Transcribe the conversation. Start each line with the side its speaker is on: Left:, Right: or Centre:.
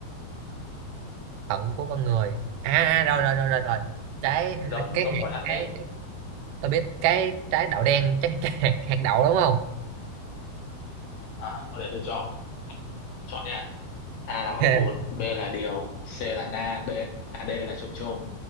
Right: phận của con người à, à à, rồi rồi rồi rồi rồi
Left: à,
Right: trái
Left: giống
Right: cái
Left: giống
Right: hạt
Left: quả thận
Right: cái,
Left: ấy
Right: cái tôi biết cái trái đậu đen <laughs> trái cái hạt, hạt đậu đúng không
Left: à, thôi để tôi cho ông chọn nha A là măng
Right: <laughs>
Left: cụt B là điều C là na B à D là chôm chôm